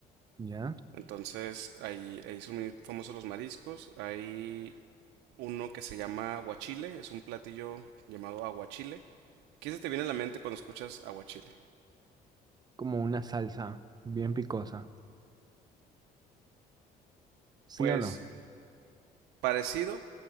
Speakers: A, on the right; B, on the right.
A: ¿Ya?
B: Entonces, ahí, ahí son muy famosos los mariscos. Hay uno que se llama aguachile, es un platillo llamado aguachile. ¿Qué se te viene a la mente cuando escuchas aguachile?
A: Como una salsa bien picosa. ¿Sí
B: Pues
A: o no?
B: parecido,